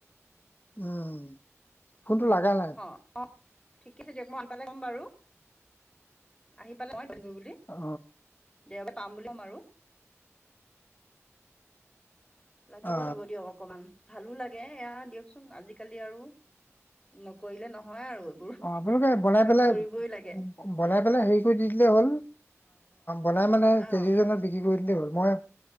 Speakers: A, on the left (about 40°); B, on the left (about 15°).
A: উম ফোনটো লগা নাই।
B: অ ঠিক আছে দিয়ক মই আহি পালে কম বাৰু আহি পালে <inaudible> বুলি
A: অ
B: দেওবাৰে পাম বুলি ক'ম আৰু লাগিব
A: অ
B: লাগিব দিয়ক। অকমান ভালো লাগে এয়া দিয়কচোন আজিকালি আৰু নকৰিলে নহয় আৰু এইবোৰ
A: অ আপোনালোকে বনাই পেলাই।
B: কৰিবই লাগে
A: বনাই পেলাই হেৰি কৰি দি দিলে হ'ল বনাই মানে
B: অঁ
A: <inaudible> বিক্ৰী কৰি দিলে হ'ল মই